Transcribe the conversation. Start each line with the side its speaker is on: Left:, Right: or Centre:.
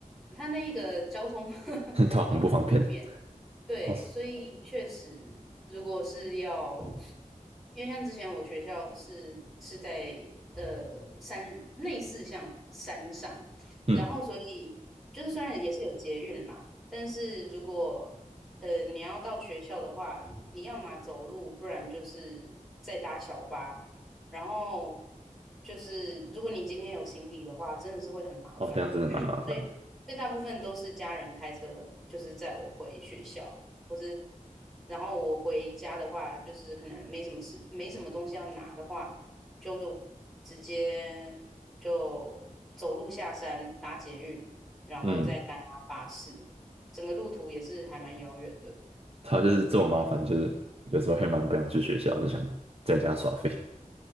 Centre: 它那个交通
Right: <laughs>
Centre: <laughs>
Right: 很讨很不方便
Centre: 很不方便。
Right: <laughs> 的。
Centre: 对，
Right: 哦，是
Centre: 所以确实，如果是要，因为像之前我学校是是在呃山，类似像山上，
Right: 嗯，
Centre: 然后所以就是虽然也是有捷运啦，但是如果呃你要到学校的话，你要么走路，不然就是再搭小巴，然后就是如果你今天有行李的话，真的是会很麻烦。
Right: 哦，这样真的蛮麻烦的。
Centre: 所以所以大部分都是家人开车，就是载我回学校，或是然后我回家的话，就是可能没什么事，没什么东西要拿的话，就是直接就走路下山搭捷运，然后再搭巴士，
Right: 嗯，
Centre: 整个路途也是还蛮遥远的。
Right: 他就是这么麻烦，就是有时候会蛮不想去学校，就想在家耍废。